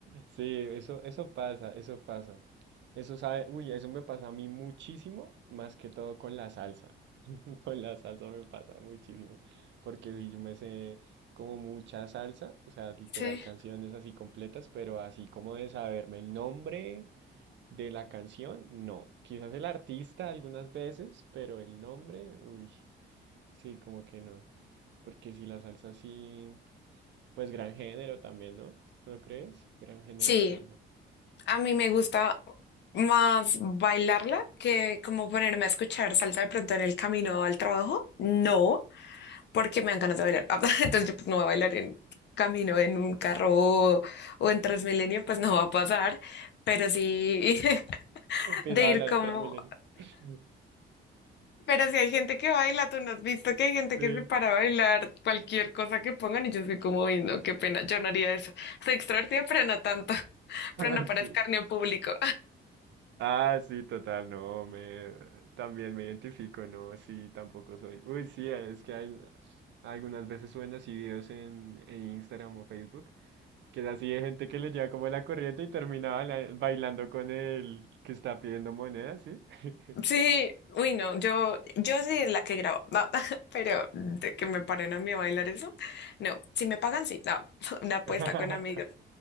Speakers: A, on the right; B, on the left.
A: Sí, eso, eso pasa, eso pasa. Eso sabe, uy, eso me pasa a mí muchísimo, más que todo con la salsa. <laughs> Con la salsa me pasa muchísimo, porque si yo me sé como mucha salsa, o sea, literal
B: Sí.
A: canciones así completas, pero así como de saberme el nombre de la canción, no. Quizás el artista algunas veces, pero el nombre, uy, sí, como que no. Porque si la salsa sí. Pues gran género también, ¿no? ¿No crees? Gran género
B: Sí,
A: la salsa.
B: A mí me gusta más bailarla que como ponerme a escuchar salsa de pronto en el camino al trabajo. No, porque me dan ganas de bailar. <laughs> Entonces yo pues no voy a bailar en camino en un carro o, o en Transmilenio, pues no va a pasar. Pero sí <laughs>
A: Empieza
B: de
A: a bailar
B: ir como...
A: en Transmilenio. <laughs>
B: Pero si hay gente que baila, tú no has visto que hay gente
A: Sí.
B: que se para a bailar cualquier cosa que pongan y yo soy como, "Uy, no, qué pena, yo no haría eso. Soy extrovertida, pero no tanto, <laughs> pero
A: Ah,
B: no
A: sí.
B: para escarnio público.
A: Ah, sí, total, no, me también me identifico, no, sí, tampoco soy. Uy, sí, es que hay algunas veces suben así videos en, en Instagram o Facebook, que es así de gente que le lleva como la corriente y termina baila- bailando con el que está pidiendo monedas, ¿sí? <laughs>
B: Sí, uy, no, yo, yo sí la que grabo, va, <laughs> pero de que me paren a mí a bailar eso, no, si me pagan, sí, no, <laughs> una apuesta
A: <laughs>
B: con amigos,